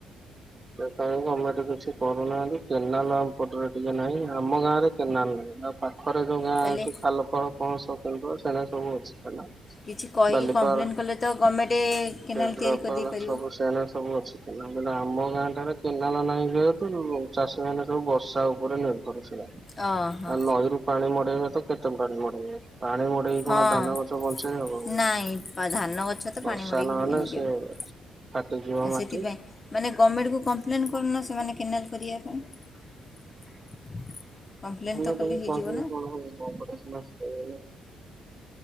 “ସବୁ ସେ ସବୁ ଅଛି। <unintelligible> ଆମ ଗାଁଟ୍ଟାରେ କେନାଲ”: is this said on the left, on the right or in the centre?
Right